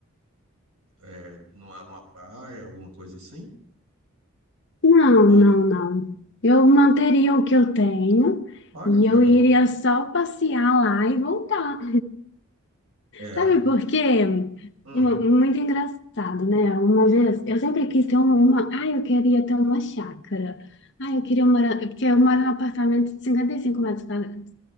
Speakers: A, on the right (about 80°); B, on the left (about 55°).
A: é, numa, numa praia, alguma coisa assim?
B: Não,
A: Ou,
B: não, não. Eu manteria o que eu tenho
A: olha
B: e
A: que
B: eu
A: legal.
B: iria só passear lá e voltar.
A: É,
B: Sabe por quê? É Mu-
A: hum,
B: Muito engraçado, né? Uma vez, eu sempre quis ter uma, uma... Ai, eu queria ter uma chácara. Ai, eu queria morar... Porque eu moro num apartamento de 55 metros quadrados.